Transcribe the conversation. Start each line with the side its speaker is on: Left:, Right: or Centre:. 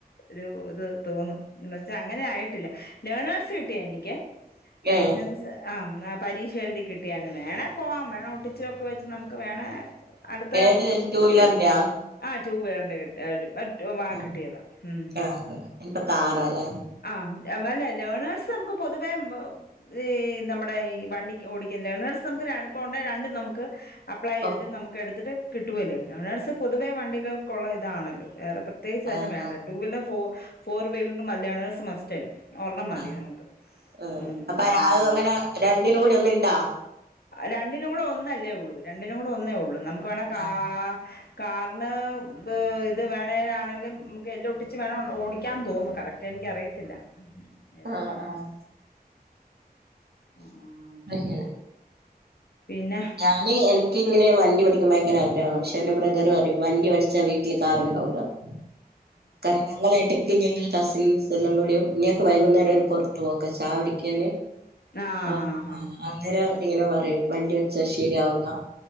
Left: ഒരു ഇത് തോന്നും എന്ന് വച്ചാൽ അങ്ങനെ ആയിട്ടില്ല ലേണേഴ്സ് കിട്ടിയെനിക്ക് ലൈസൻസ്
Right: ഏഹ്
Left: ആഹ് ആഹ് പരീ ക്ഷ എഴുതി കിട്ടിയായിരുന്നു വേണെ പോവാം വേണെ ഒട്ടിച്ചൊക്കെ വെച്ച് നമു ക്ക് വേണെ അട്ത്തെ
Right: ഏത്
Left: സുഹൃത്തേ
Right: ടു വീലറിന്റെയാ
Left: ആ ടു വീലർന്റെ കി ട്ട്യാ ഒരു മറ്റ് ആ
Right: ആഹ്
Left: കിട്ടിയതാ ഉം
Right: ആഹ്
Left: ഉം ഉം
Right: ഇനിപ്പ കാറാല്ലേ
Left: ആഹ് ഉം അല്ല ലേണേഴസ് നമുക്ക് പൊതുവേ ഈ നമ്മുടെ ഈ വണ്ടി ഓടിക്കാം ലേണേഴ്സ് നമുക്ക് ഒരന പോണ്ടാ രണ്ടും നമുക്ക് അപ്ലൈ ചെയ്തിട്ട്
Right: ആഹ്
Left: നമുക്ക് എടുത്തിട്ട് കിട്ടുവല്ലോ ലേണേഴ്സ് പൊതുവെ വണ്ടികൾക്കുള്ള ഇതാണല്ലോ വേറെ പ്രത് പ്രത്യേകിച്ച്
Right: ആഹ്
Left: അതിന് വേണ്ട ടു വീലറും ഫോ ഫോർ വീലറും ലേണേഴ്സ് മസ്റ്റ് അല്ലേ ഒർണം മതി
Right: ആഹ്
Left: നമുക്ക്
Right: ആഹ്
Left: ഉം
Right: അപ്പൊ അത്
Left: ഞ
Right: അങ്ങനെ രണ്ടിനും കൂടി ഒന്നിണ്ടാ
Left: രണ്ടിനും കൂടെ ഒന്നല്ലേ ഉള്ളൂ രണ്ടിനും കൂടെ ഒന്നേ ഉള്ളൂ നമുക്ക് വേണേ കാ
Right: ആഹ്
Left: കാർന് ബ ഇത് വേണേലാണെലും നമുക്ക് എല് ഒട്ടിച്ച് വേണ ഓടിക്കാൻ തോന്നുന്നു കറക്റ്റ് മറ്റ എനിക്ക് അറിയത്തില്ല
Right: <inaudible>
Left: ആയിരിക്കുന്നു
Right: ആഹ്
Left: ഉം ആഹ്
Right: അങ്ങനെ
Left: പിന്നെ
Right: ഞാനെ എനിക്കിങ്ങനെ വണ്ടി പഠിക്കാൻ ഭയങ്കര ആഗ്രഹമാണ് പക്ഷെ എന്റെ ബ്രദറ് പറയും വണ്ടി പഠിച്ചാ വീട്ടില് കാറുണ്ടാവൂല എന്ന് കാരണം ഞങ്ങൾ ഇടയ്ക്ക് ഞങ്ങൾ കസിൻസ് എല്ലാം കൂടിയും ഇങ്ങക്ക് വൈകുന്നേരം ഒര് പുറത്ത് പോക്കാ ചായാകുടിക്കാന്
Left: ആ ആ
Right: ആഹ്
Left: ഹാ ഹാ
Right: ആഹ് അന്നേരം ഇങ്ങനെ പറയും വണ്ടി പഠിച്ചാൽ ശരിയാവില്ല